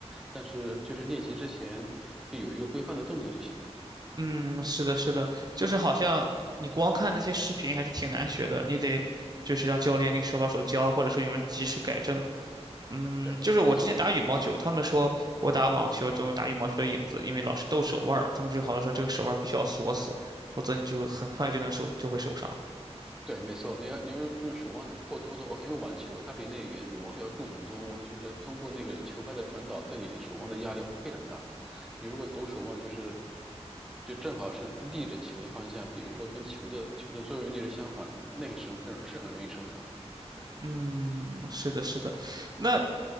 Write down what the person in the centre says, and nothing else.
但是就是练习之前就有一个规范的动作就行了。
对，
没错，
对，没错。你要你要用手腕多过多的话，因为网球它比那个羽毛球要重很多嘛，就是通过那个球拍的传导对你的手腕的压力会非常大。你如果抖手腕，就是就正好是逆着球的方向，比如说跟球的球的作用力是相反，那个时候很是很容易受伤。对。